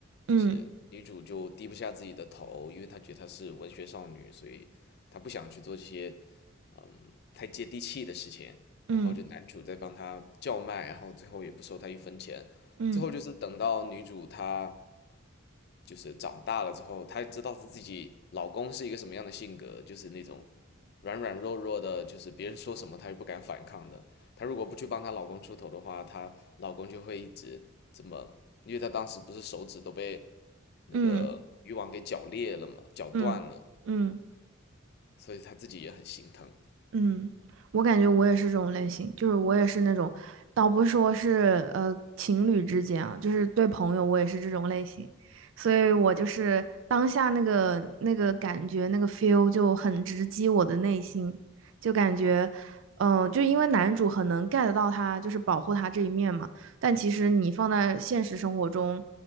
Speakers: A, on the right; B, on the left.
A: 嗯
B: 就是女主就低不下自己的头，因为她觉得她是文学少女，所以她不想去做这些嗯太接地气的事情。
A: 嗯
B: 然后就男主在帮她叫卖，然后最后也不收她一分钱。
A: 嗯
B: 最后就是等到女主她就是长大了之后，她知道她自己老公是一个什么样的性格，就是那种软软弱弱的，就是别人说什么她也不敢反抗的。她如果不去帮她老公出头的话，她老公就会一直这么，因为她当时不是手指都被那个渔网给绞裂了嘛，
A: 嗯
B: 绞断了，
A: 嗯嗯嗯。嗯嗯嗯
B: 所以她自己也很心疼。
A: 嗯，我感觉我也是这种类型，就是我也是那种，倒不是说是呃情侣之间啊，就是对朋友我也是这种类型，所以我就是当下那个那个感觉那个 feel 就很直击我的内心，就感觉，嗯、就因为男主很能 get 到他就是保护他这一面嘛。但其实你放在现实生活中，